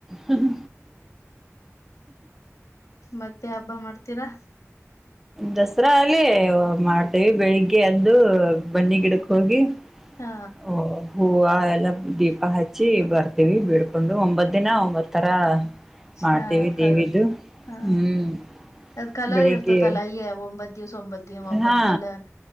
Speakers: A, in the centre; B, on the left.
A: ಹ್ಮ್
B: ಮತ್ತೆ ಹಬ್ಬ ಮಾಡ್ತೀರಾ
A: ದಸರಾ ಅಲ್ಲಿ ಮಾಡ್ತೇವಿ ಬೆಳಿಗ್ಗೆ ಅದ್ದು ಬನ್ನಿ ಗಿಡಕ್ ಹೋಗಿ
B: ಹಾ
A: ಓ ಹ ಆ ಎಲ್ಲ ದೀಪ ಹಚ್ಚಿ ಬರ್ತೀವಿ ಬೀಡ್ಕೊಂಡು ಒಂಬತ್ ದಿನ ಒಂಬತ್ ತರ ಮಾಡ್ತೇವಿ
B: ಹಾ ಕಲ್
A: ದೇವಿದು
B: ಹಾ
A: ಹ್ಮ್
B: ಅದ್ ಕಲರ್
A: ಬೆಳಿಗ್ಗೆ
B: ಇರ್ತತಲ್ಲ ಅಯ್ಯ ಒಂಬತ್ ದಿವ್ಸ ಒಂಬತ್ ದಿನ ಒಂಬತ್
A: ಹಾ
B: ಕಲರ್